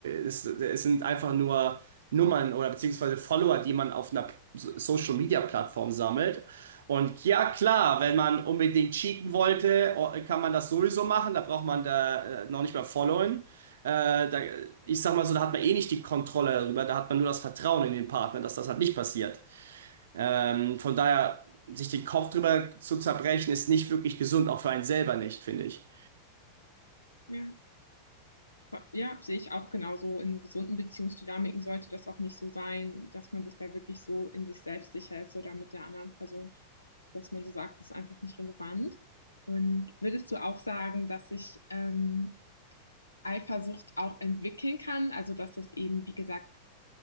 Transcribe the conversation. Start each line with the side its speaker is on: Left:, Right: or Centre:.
Right: Es, es sind einfach nur Nummern oder beziehungsweise Follower, die man auf einer So- Social-Media-Plattform sammelt. Und ja, klar, wenn man unbedingt cheaten wollte, o- kann man das sowieso machen. Da braucht man da äh, noch nicht mehr followen. Äh, da, ich sag mal so, da hat man eh nicht die Kontrolle darüber, da hat man nur das Vertrauen in den Partner, dass das halt nicht passiert. Ähm, von daher, sich den Kopf drüber zu zerbrechen, ist nicht wirklich gesund, auch für einen selber nicht, finde ich.
Left: Ja. Ja, sehe ich auch genauso. In gesunden Beziehungsdynamiken sollte das auch nicht so sein, dass man sich da wirklich so in sich selbst sicher ist oder mit der anderen Person, dass man so sagt, das ist einfach nicht relevant. Und würdest du auch sagen, dass sich ähm, Eifersucht auch entwickeln kann? Also, dass das eben, wie gesagt,